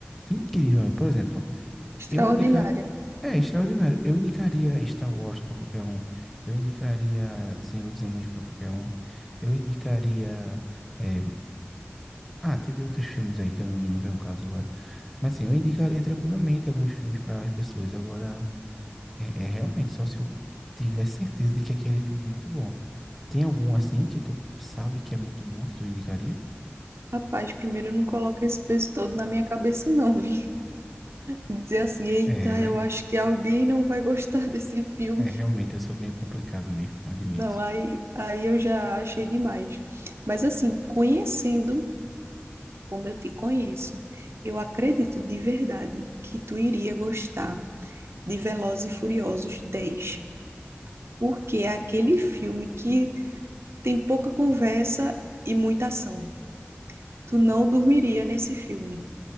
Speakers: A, in the centre; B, on the right.
A: incrível. Por exemplo,
B: Extraordinária.
A: eu indica, é extraordinário. Eu indicaria Star Wars para qualquer um. Eu indicaria Senhor dos Anéis para qualquer um. Eu indicaria. eh, Ah, teve outros filmes aí que eu não não vejo um caso agora. Mas assim, eu indicaria tranquilamente alguns filmes para as pessoas. Agora, é, é realmente só se eu tiver certeza de que aquele filme é muito bom. Tem algum assim que tu sabe que é muito bom que tu indicaria?
B: Rapaz, primeiro não coloca esse peso todo na minha cabeça, não, vi. Dizer assim, eita,
A: É, né?
B: eu acho que alguém não vai gostar desse filme.
A: É, realmente eu sou meio complicado mesmo, admito.
B: Não, aí, aí eu já achei demais. Mas assim, conhecendo como eu te conheço, eu acredito de verdade que tu iria gostar de Velozes e Furiosos 10, porque é aquele filme que tem pouca conversa e muita ação. Tu não dormiria nesse filme.